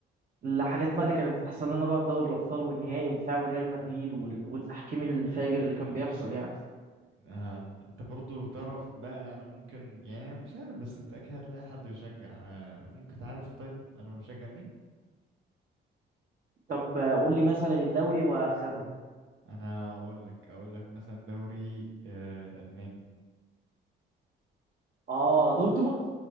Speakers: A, on the right (about 45°); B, on the right (about 75°).
A: الحاجات بقى اللي كانت بتحصل لنا بقى في دوري الأبطال والنهائي وبتاع وريال مدريد وال- والتحكيم الفاجر اللي كان بيحصل يعني
B: آه انت برضو تعرف بقى انا ممكن يعني مش عارف بس انت اكيد هتلاقي حد بيشجع آه ممكن تعرف طيب انا بشجع مين
A: طب آه، قول لي مثلا الدوري وأخمن
B: انا اقول لك اقول لك مثلا دوري آه الالماني
A: اه دورتموند